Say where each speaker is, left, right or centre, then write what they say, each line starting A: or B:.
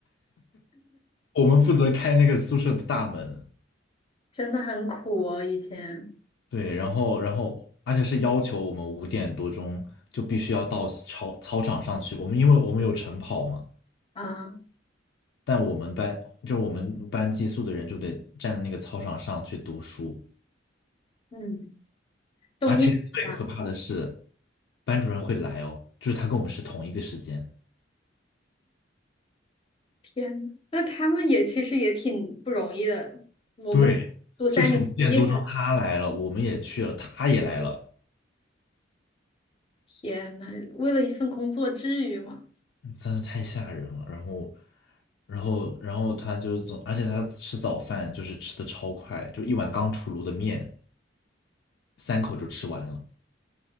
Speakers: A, on the left; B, on the left.
A: 我们负责开那个宿舍的大门。
B: 真的很苦哦，以前
A: 对，然后然后而且是要求我们五点多钟就必须要到操操场上去，我们因为我们有晨跑嘛，
B: 啊。
A: 但我们班就我们班寄宿的人就得站在那个操场上去读书。
B: 嗯，冬天夏
A: 而且最可怕的是，班主任会来哦，就是他跟我们是同一个时间。
B: 天呐那他们也其实也挺不容易的。我们读三年毕业了，
A: 对，就是五点多钟他来了，我们也去了，他也来了，
B: 天呐，为了一份工作，至于吗？
A: 嗯真是太吓人了。然后，然后，然后他就总，而且他吃早饭就是吃的超快，就一碗刚出炉的面，三口就吃完了。